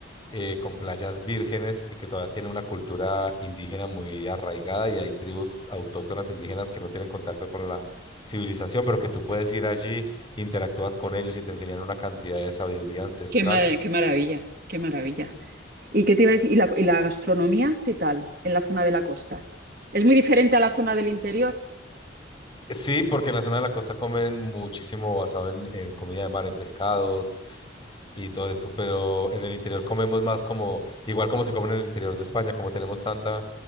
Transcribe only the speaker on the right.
qué ma- qué maravilla, qué maravilla.
¿Y qué te iba a decir? ¿Y la, y la gastronomía, qué tal en la zona de la costa? ¿Es muy diferente a la zona del interior?